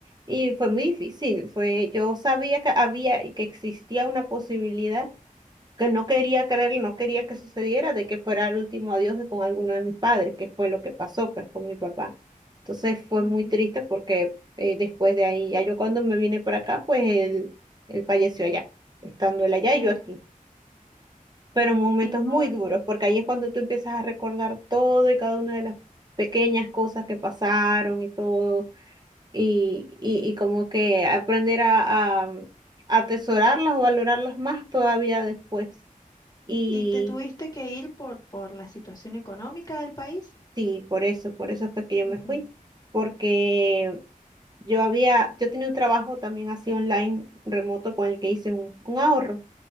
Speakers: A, on the right; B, on the left.
A: y fue muy difícil, fue, yo sabía que había y que existía una posibilidad, que no quería creer y no quería que sucediera de que fuera el último adiós de con alguno de mis padres, que fue lo que pasó pues con mi papá. Entonces fue
B: Ujú,
A: muy triste porque eh, después de ahí, ya yo cuando me vine para acá, pues él, él falleció allá, estando él allá
B: claro.
A: y yo aquí. Pero momentos
B: Y no,
A: muy duros, porque ahí es cuando tú empiezas a recordar todo y cada una de las pequeñas cosas que pasaron y todo, y, y, y como que aprender a, a atesorarlas o valorarlas más todavía después. Y,
B: y te tuviste que ir por, por la situación económica del país.
A: Sí, por eso, por eso fue que yo me
B: Ujú,
A: fui, porque yo había, yo tenía un trabajo también así online, remoto, con el que hice un, un ahorro.